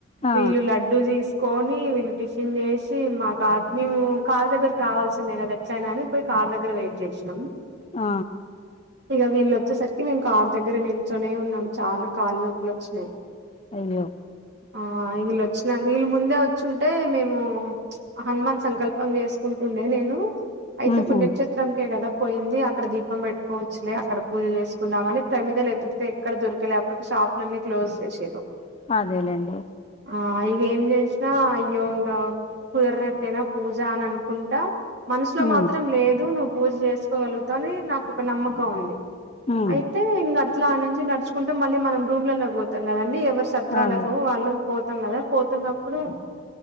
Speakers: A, on the left; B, on the right.
A: ఆ
B: వీళ్ళు లడ్డు తీసుకొని వీళ్ళు టిషిన్ చేసి మా కార్ మేము కార్ దగ్గరకి రావాల్సిందే కదా ఎట్లయినా అని పోయి కార్ దగ్గర వెయిట్ చేసినాం
A: ఆ
B: ఇక వీళ్ళ వచ్చేసరికి మేము కారు దగ్గర నిల్చొనే ఉన్నాం చాలా కాళ్లు నొప్పులు వచ్చినాయి
A: అయ్యో
B: ఆ వీళ వచ్చిన వీళ్ళ ముందే వచ్చుంటే మేము హనుమాన్ సంకల్పం చేసుకుంటుండే నేను అయితే
A: ఉహు
B: పుణ్యక్షత్రంకే కదా పోయింది అక్కడ దీపం పెట్టుకోవచ్చులే అక్కడ పూజ చేసుకుందాం అని ప్రమిదాలు ఎతుకితే ఎక్కడ దొరికలేటికి షాపులన్నీ క్లోజ్ చేసారు
A: అదేలేండి
B: ఆ ఇగ ఏం చేసినా అయ్యో ఇంకా కుదిరినట్టేనా పూజ అని అనుకుంటా మనసులో
A: ఉమ్
B: మాత్రం లేదు నువ్వు పూజ చేసుకోగలుగుతా అని నాకు ఒక నమ్మకం ఉంది
A: ఉమ్
B: అయితే ఇంకా అట్లా నుంచి నడుచుకుంటా మళ్ళీ మనం రూమ్లలో పోతాం కదండి ఎవరి సత్రాలకు
A: అవును
B: వాళ్ళు పోతాం కదా పోతున్నప్పుడు